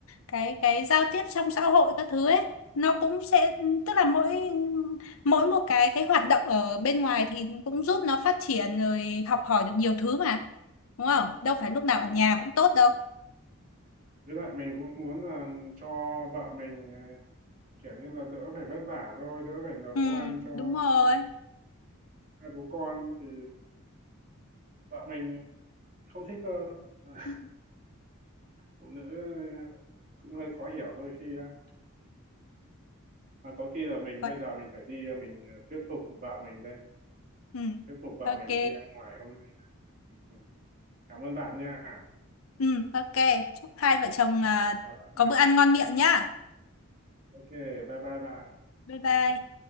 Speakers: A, on the left (about 70°); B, on the right (about 40°).
A: cái cái giao tiếp trong xã hội các thứ ấy nó cũng sẽ tức là mỗi mỗi một cái cái hoạt động ở bên ngoài thì cũng giúp nó phát triển rồi học hỏi được nhiều thứ mà đúng không đâu phải lúc nào
B: ừ.
A: ở nhà cũng tốt đâu
B: với lại mình cũng muốn là cho vợ mình ờ, kiểu như là đỡ phải vất vả thôi đỡ phải nấu
A: Ừ,
B: ăn cho
A: đúng rồi.
B: hai bố con thì vợ mình không thích cơ <laughs>
A: Ừ,
B: phụ nữ ờ, cũng hơi khó hiểu đôi khi á mà có khi là mình
A: Vậy.
B: bây giờ mình phải đi ờ, mình ờ, thuyết phục vợ mình đây
A: Ừ.
B: thuyết phục vợ
A: Ok.
B: mình đi ăn ngoài hôm nay đây. Ừ, ừ. cảm ơn bạn nha
A: Ừ, ok. Chúc hai vợ chồng
B: Ừ,
A: à,
B: chào bạn
A: có
B: nha
A: bữa ăn ngon miệng nhá.
B: ok bye bye bạn
A: Bye bye.